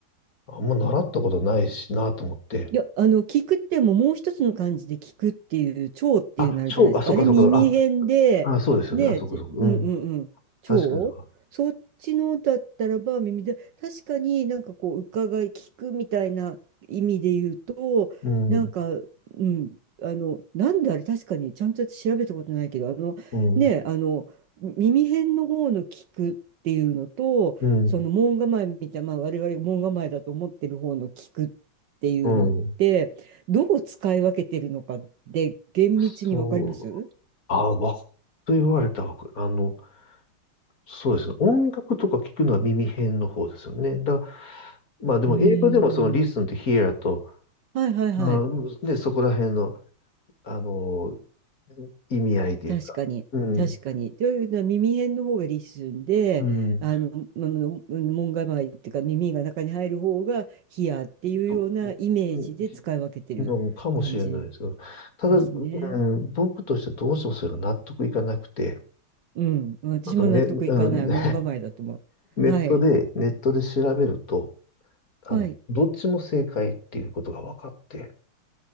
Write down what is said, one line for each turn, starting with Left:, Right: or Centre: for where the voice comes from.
Left: あんま習ったことないしなと思って。
Right: いや、あの、聞くってももう一つの漢字で聞くっていう、聴っていうのあるじゃないですか。
Left: あ、小、あ、そっかそっか、
Right: あれ耳辺で、
Left: あ、あ、そうですよね、
Right: ね、
Left: あ、そっかそっか、
Right: じうんうんうん、
Left: うん。
Right: 聴そっちのだったらば耳で、
Left: 確かにそうか。
Right: 確かになんかこう、伺い、聞くみたいな意味で言うと、
Left: うん、
Right: なんか、うん、あの、なんであれ確かに、ちゃんと調べたことないけど、あの、
Left: うん、
Right: ね、あの、耳辺の方の聞くっていうのと、
Left: うん、
Right: その門構えみたいな、まあ、我々門構えだと思ってる方の聞くっっていうのって、
Left: うん。
Right: どう使い分けてるのかって厳密にわかります
Left: そう、あ、わ、と言われたわけ。あの、そうですね。音楽とか聞くのは耳辺の方ですよね。だから、まあでも英語でもその
Right: うー
Left: listen
Right: ん。
Left: to hear と、
Right: はいはいはい。
Left: まあ、で、そこら辺の、あの、意味合いというか、
Right: 確かに。
Left: うん、
Right: 確かに。というのは耳辺の方がリスンで、
Left: うん、ち
Right: あの、まあの門構えっていうか耳が中に入る方がヒアっていうようなイメージで使い分けてる感じ
Left: ょっと、うんじのかもしれないですけど、ただ、
Right: ですね。
Left: うん、僕としてどうしてもそれが納得いかなくて、
Right: うん。私も納得いかない。
Left: ちょっとね、うん、<laughs> ネ
Right: 門構えだと思う。はい。
Left: ットで、ネットで調べると、あの、
Right: はい。
Left: どっちも正解っていうことが分かって、